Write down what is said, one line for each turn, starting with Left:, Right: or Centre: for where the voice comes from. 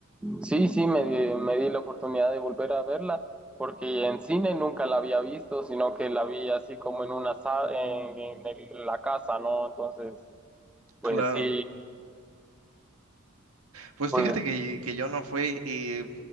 Centre: sí, sí, me, di- me di la oportunidad de volver a verla porque en cine nunca la había visto, sino que la vi así como en una sa- en, en el- la casa, ¿no? Entonces, pues
Right: Claro.
Centre: sí,
Right: Pues
Centre: pues
Right: fíjate que, que yo no fui y